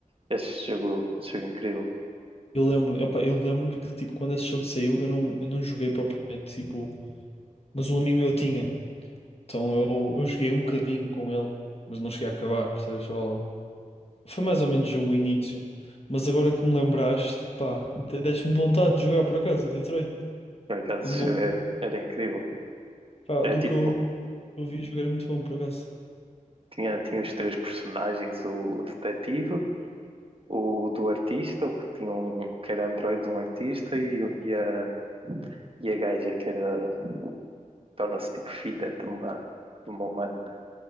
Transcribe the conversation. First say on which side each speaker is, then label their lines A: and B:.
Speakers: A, on the right; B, on the left.
A: Este jogo, este jogo é incrível.
B: Eu lembro, opa, eu lembro que tipo, quando esse jogo saiu, eu não, eu não joguei propriamente, tipo, mas um amigo meu tinha. Então eu, eu joguei um bocadinho com ele, mas não cheguei a acabar, percebes? Só... Foi mais ou menos o início. Mas agora que me lembraste, pá, de- deste-me vontade de jogar por acaso, o Detroit.
A: Por acaso
B: Não, não,
A: era, era incrível.
B: pá,
A: É
B: do
A: tipo,
B: que eu, eu vi jogar é muito bom por acaso.
A: tinha, tinha os três personagens, o, o detetive, o do artista, o que tinha um, que era androide de um artista e, e, a, e a gaja que era torna-se tipo filha de uma, de uma humana, né?